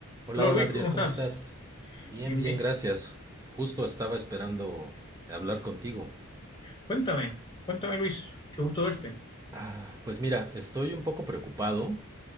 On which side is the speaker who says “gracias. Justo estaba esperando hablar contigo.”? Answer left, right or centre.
Right